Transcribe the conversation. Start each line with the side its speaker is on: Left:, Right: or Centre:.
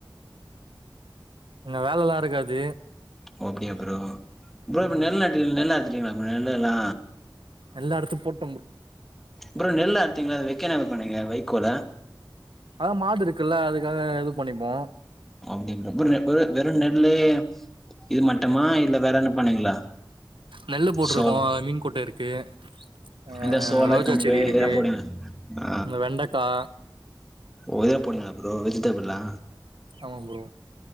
Right: என்ன வேலல்லாம் இருக்காது
Centre: ஓ அப்டியா புரோ புரோ
Right: ம்
Centre: இங்க நெல்லாயிடு நெல்லா சரிங்களா மேல நா
Right: எல்லா எடத்தும் போட்
Centre: ப்ரோ நெல்ல அத்தீங்ளா அது வக்கன போனிங்க வைக்கோல
Right: அதா மாடு இருக்குல்ல அதுக்காக இது பண்ணிப்போ
Centre: அப்டி <unintelligible> வெறு நெல்லு இது மட்டுமா இல்ல வேற என்ன பண்ணீங்களா
Right: நெல்லு போட்ருக்கோ
Centre: சோளோ
Right: மீன் குட்ட இருக்கு அ
Centre: இந்த சோள
Right: ரோஜா
Centre: கம்பு
Right: செடி இருக்கு
Centre: இதெல்லா போடுவீங்க ஆ
Right: இந்த வெண்டக்கா
Centre: ஓ இத போடுவிங்ளா ப்ரோ வெஜிடபிள்லா
Right: ஆமா ப்ரோ